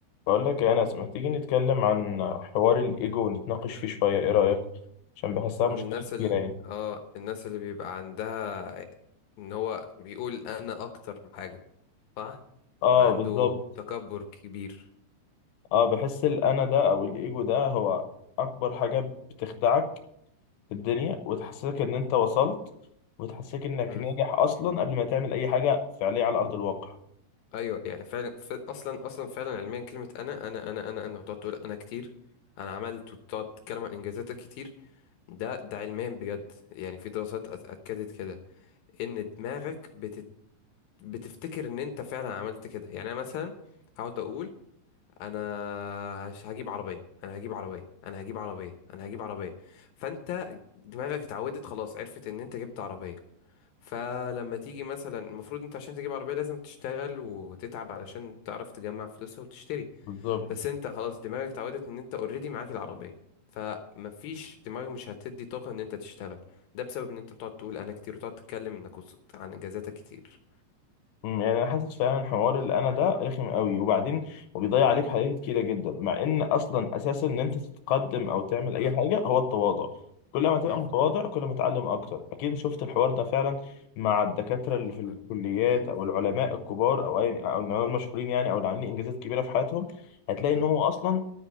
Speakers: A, on the left; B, on the left.
A: بقول لك يا انس ما تيجي نتكلم عن حوار الايجو ونتناقش فيه شويه ايه رايك عشان بحسها مشكله
B: الناس
A: كبيره
B: ال...
A: يعني
B: اه الناس اللي بيبقى عندها ان هو بيقول انا اكتر من حاجة صح
A: اه
B: عنده
A: بالظبط
B: تكبر كبير
A: اه بحس الانا ده او الايجو ده هو اكبر حاجه بتخدعك في الدنيا وتحسسك ان انت وصلت وتحسسك انك
B: مم.
A: ناجح اصلا قبل ما تعمل اي حاجه فعليه على ارض الواقع
B: ايوه يعني فعلا ف... اصلا اصلا فعلا علميا كلمة انا انا انا انا انا وتقعد تقول انا كتير انا عملت وتقعد تتكلم عن انجازاتك كتير ده ده علميا بجد يعني في دراسات أت- اكدت كده ان دماغك بتت... بتفتكر ان انت فعلا عملت كده يعني انا مثلا هقعد اقول انا هش- هجيب عربيه انا هجيب عربيه انا هجيب عربيه انا هجيب عربيه فانت دماغك اتعودت خلاص عرفت ان انت جبت عربيه فلما تيجي مثلا المفروض انت عشان تجيب عربيه لازم تشتغل وتتعب علشان تعرف تجمع فلوسها وتشتري
A: بالظبط
B: بس انت خلاص دماغك اتعودت ان انت اوريدي معاك العربيه فمفيش دماغك مش هتدي طاقه ان انت تشتغل ده بسبب ان انت بتقعد تقول انا كتير وتقعد تتكلم انك وصلت عن انجازاتك كتير
A: مم، يعني انا حاسس فعلا حوار الانا ده رخم قوي وبعدين وبيضيع عليك حاجات كتيره جدا مع ان اصلا اساسا ان انت تتقدم او تعمل
B: مم.
A: اي حاجه هو التواضع كل ما تبقى
B: مم.
A: متواضع كل ما تعلم اكتر اكيد شفت الحوار ده فعلا مع الدكاتره اللي
B: طبعاً.
A: في الكليات
B: مم.
A: او العلماء الكبار او اي او العلماء المشهورين يعني او اللي عاملين انجازات كبيره في حياتهم هتلاقي
B: مم.
A: ان هو اصلا